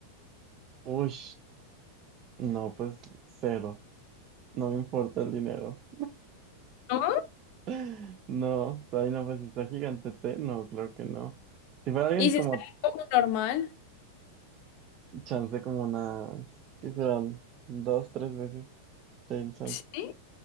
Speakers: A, on the right; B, on the left.
A: Uy, no, pues cero. No me importa el dinero.
B: ¿No?
A: <laughs> No, ahí no, pues si está gigantete. No, claro que no. Si fuera alguien
B: Y
A: como
B: si sale como normal.
A: chance, como unas, ¿qué serán? Dos, tres veces, ten chance.
B: Sí.